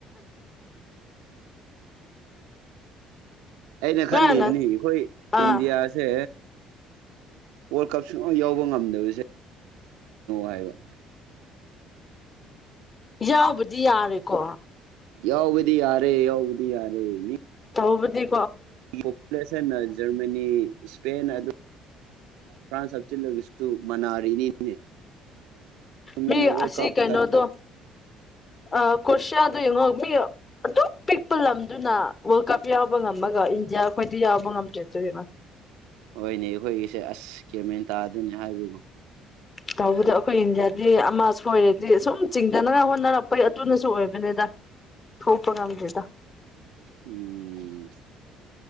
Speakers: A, on the right; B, on the left.
A: ꯑꯩꯅ
B: ꯅꯣꯏꯅ
A: ꯈꯜꯂꯤꯕꯅꯤ ꯑꯩꯈꯣꯏ
B: ꯑꯥ
A: ꯏꯟꯗꯤꯌꯥꯁꯦ ꯋꯥꯔꯜ ꯀꯞ ꯁꯨꯡ ꯌꯥꯎꯕ ꯉꯝꯗꯕꯁꯦ ꯍꯥꯏꯕ
B: ꯌꯥꯎꯕꯗꯤ ꯌꯥꯔꯦꯀꯣ
A: ꯌꯥꯎꯕꯗꯤ ꯌꯥꯔꯦ ꯌꯥꯎꯕꯗꯤ ꯌꯥꯔꯦ ꯃꯤ
B: ꯇꯧꯕꯕꯨꯗꯤ
A: ꯄꯣꯄꯨꯂꯦꯁꯟ ꯖꯔꯃꯅꯤ ꯏꯁꯄꯦꯟ ꯑꯗꯨ ꯐ꯭ꯔꯥꯟꯁ ꯍꯥꯞꯆꯤꯜꯂ ꯃꯅꯥꯔꯤꯅꯤꯅꯦ
B: ꯃꯤ
A: ꯃꯤꯅ ꯋꯥꯔꯜ
B: ꯑꯁꯤ
A: ꯀꯞꯇ
B: ꯀꯩꯅꯣꯗꯣ ꯑ ꯀꯣꯁꯤꯌꯥꯗꯨ ꯌꯦꯡꯉꯣ ꯃꯤ ꯑꯗꯨꯛ ꯄꯤꯛꯄ ꯂꯝꯗꯨꯅ ꯋꯥꯔꯜꯗ ꯀꯞ ꯌꯥꯎꯕ ꯉꯝꯃꯒ ꯏꯟꯗꯤꯌꯥ ꯑꯩꯈꯣꯏ ꯀꯗꯤ ꯌꯥꯕ ꯉ ꯑꯃ ꯆꯦꯇꯅ
A: ꯍꯣꯏꯅꯦ ꯑꯩꯈꯣꯏꯒꯤꯁꯦ ꯑꯁ ꯀꯦꯃꯦꯟ ꯇꯥꯗꯣꯏꯅꯦ ꯍꯥꯏꯕꯕꯨ
B: ꯇꯧꯕꯗ ꯑꯩꯈꯣꯏ ꯏꯟꯗꯤꯌꯥꯗꯤ ꯑꯃ ꯁꯣꯏꯔꯗꯤ ꯁꯨꯝ ꯆꯤꯡꯊꯅꯉꯥꯏ ꯍꯣꯠꯅꯔꯛꯄꯩ ꯑꯗꯨꯅꯁꯨ ꯑꯣꯏꯕꯅꯤꯗ ꯊꯣꯄ ꯉꯥꯡꯗꯗ
A: ꯎꯝ